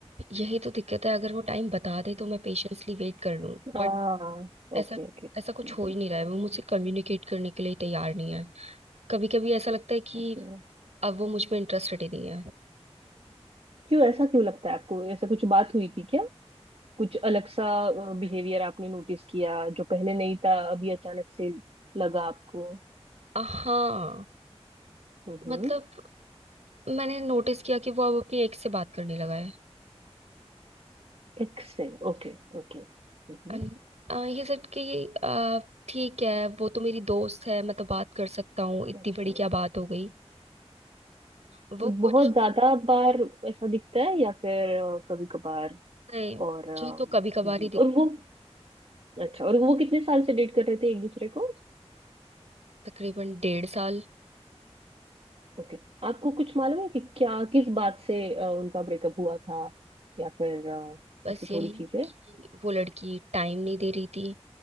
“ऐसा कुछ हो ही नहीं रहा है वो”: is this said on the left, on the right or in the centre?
Right